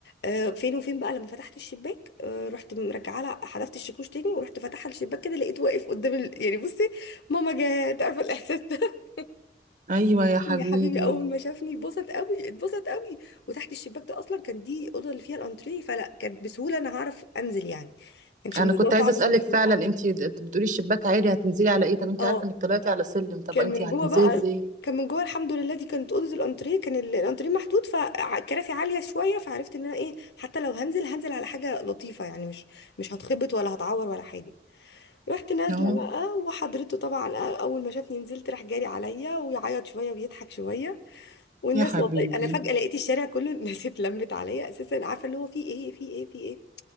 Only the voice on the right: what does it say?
ايوه يا حبيبي
انا
كنت عايزه
اسالك
فعلا انتي د- بتقولي الشباك عالي هتنزلي على ايه طب انتي
عارفه انك طلعتي على سلم طب
انتي
هتنزلي
ازاي
اه
يا حبيبي